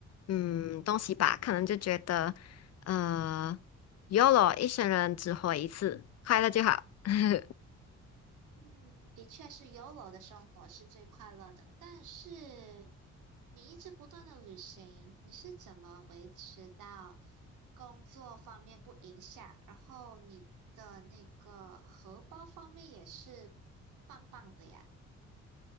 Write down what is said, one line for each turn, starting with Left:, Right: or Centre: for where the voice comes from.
Left: 嗯，东西吧，可能就觉得，呃，YOLO 一生人只活一次，快乐就好。<laughs>
Right: 嗯的确是 y o o 的生活是最快乐的，但是你一直不断的旅行，你是怎么维持到工作方面不影响，然后你的那个荷包方面也是棒棒的呀？